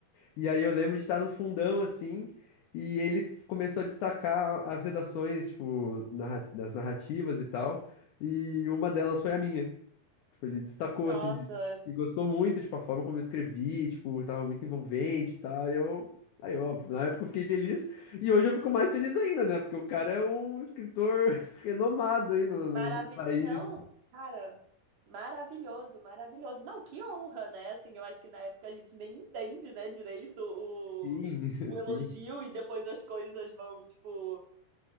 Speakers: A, on the left; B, on the right.
A: E aí eu lembro de estar no fundão, assim, e ele f- começou a destacar as redações, tipo, narra- das narrativas e tal, e uma delas foi a minha. Tipo, ele destacou,
B: Nossa,
A: assim, de- e gostou muito, tipo, a forma como eu escrevi, tipo, tava muito envolvente e tal, e eu... Aí, óbvio, na época eu fiquei feliz, e hoje eu fico mais feliz ainda, né? Porque o cara é um escritor <laughs> renomado aí no,
B: Maravi...
A: no, no país.
B: Não, cara, maravilhoso, maravilhoso. Não, que honra, né? Assim, eu acho que na época a gente nem entende, né, direito o,
A: Sim,
B: o
A: <laughs> sim.
B: elogio e depois as coisas vão, tipo,